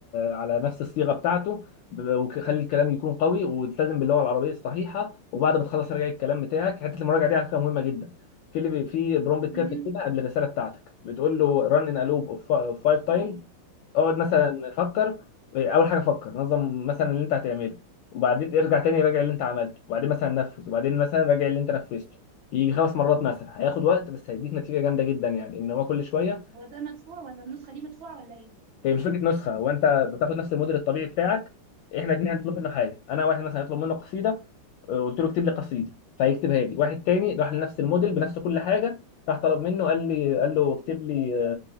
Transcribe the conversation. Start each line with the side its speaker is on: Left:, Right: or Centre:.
Left: على نفس الصيغه بتاعته ب- وخلي الكلام يكون قوي والتزم باللغه العربيه الصحيحه وبعد ما تخلص راجع الكلام بتاعك حته المراجعه دي على فكره مهمه جدا في اللي بي- في برومبت
Right: مهم.
Left: كده بتكتبها قبل الرساله بتاعتك بتقول له run in a loop of five times
Right: آه.
Left: اقعد مثلا فكر اول حاجه فكر نظم مثلا اللي انت هتعمله وبعدين ارجع تاني راجع اللي انت عملته وبعدين مثلا نفذ وبعدين مثلا راجع اللي انت نفذته يجي خمس مرات مثلا هياخد وقت بس هيديك نتيجه جامده جدا يعني ان هو كل شويه
Right: هو ده مدفوع ولا النسخة دي مدفوعة ولا ايه
Left: هي مش فكره نسخه هو انت بتاخد نفس الموديل الطبيعي بتاعك احنا اتنين هنطلب منه حاجه انا واحد مثلا هيطلب منه قصيده آه، قلت له اكتب لي قصيده فهيكتبها لي واحد تاني راح لنفس الموديل بنفس كل حاجه راح طلب منه قال لي قال له اكتب لي